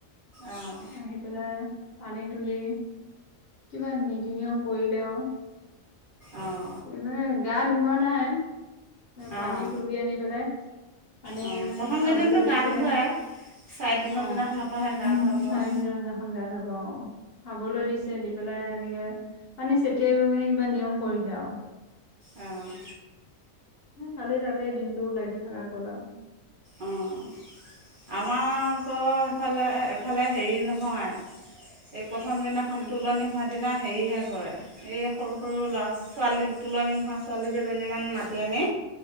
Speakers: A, on the right; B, on the left.
A: অঁ
B: আহি পেলাই পানী তুলি কিবা নীতি নিয়ম কৰিলেও।
A: অহ।
B: মানে গা ধুওৱা নাই পানী
A: অঁ
B: তুলি আনি পেলাই পানি
A: অঁ প্ৰথম
B: খাবলৈ
A: কেইদিনটো গা
B: দিছে।
A: নোধুৱাই চাৰিদিনৰ
B: অ',
A: দিনাখনৰ পৰাহে
B: <unintelligible>
A: গা ধুৱাব অঁ
B: <unintelligible> অ', খাবলৈ দিছে দি পেলাই এনেকে পানী চতিয়াই কৰা মানে কিবা নিয়ম কৰিছে আৰু।
A: অঁ'।
B: সেই কালি তাতে দিনটো লাগি থকা গ'ল আৰু।
A: অঁ আমাৰ আকৌ সফালে এফালে হেৰি নহয়। এই প্ৰথম দিনাখন
B: উম
A: তোলনি হোৱাৰ দিনা হেৰিহে কৰে। এই সৰু সৰু ল'ৰা ছোৱালী তুলনি নোহোৱা ছোৱালীকেইজনীমান মাতি আনি